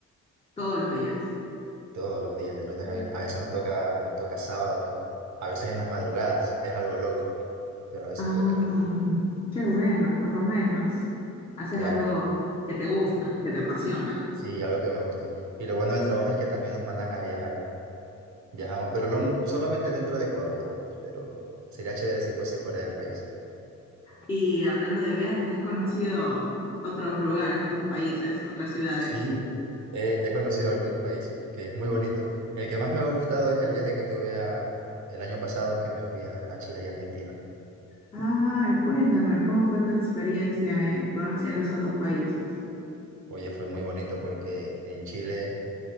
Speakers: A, on the left; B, on the right.
A: todos los días.
B: todos los días, de lunes a viernes. A veces nos toca, nos toca sábados, a veces en las madrugadas, es algo loco, pero a veces
A: Ah,
B: toca,
A: qué bueno, por lo menos. Haces
B: claro.
A: algo que te gusta, que te apasiona.
B: Sí, algo que me gusta. Y lo bueno del trabajo es que también nos mandan a viajar. Viajamos, pero lo- solamente dentro de Ecuador viajamos, pero sería chévere si fuese fuera del país.
A: Y hablando de viajes, ¿has conocido otros lugares, otros países, otras ciudades?
B: Sí, he, he conocido algunos países, que es muy bonito. El que más me ha gustado es el viaje que tuve a, el año pasado que me fui a, a Chile y Argentina.
A: Ay, cuéntame, ¿cómo fue tu experiencia eh, conociendo esos dos países?
B: Oye, fue muy bonito porque en Chile